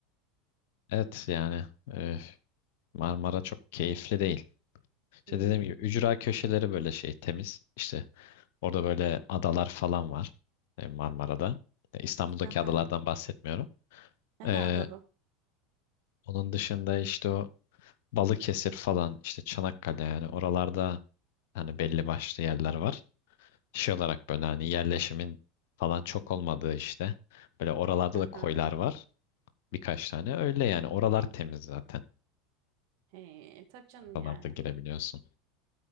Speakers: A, on the left; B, on the right.
A: Evet yani e, Marmara çok keyifli değil. İşte
B: Hmm.
A: dediğim gibi ücra köşeleri böyle şey temiz. İşte Orada böyle adalar falan var e, Marmara'da. E, İstanbul'daki
B: Hı hı.
A: adalardan bahsetmiyorum.
B: Hı
A: E,
B: hı, Anladım.
A: onun dışında işte o Balıkesir falan işte Çanakkale yani oralarda hani belli başlı yerler var. Şey olarak böyle hani yerleşimin falan çok olmadığı işte. Böyle oralarda
B: Hı
A: da koylar
B: hı.
A: var birkaç tane. Öyle yani oralar temiz zaten.
B: He, e, tabii canım
A: Oralarda
B: yani.
A: girebiliyorsun.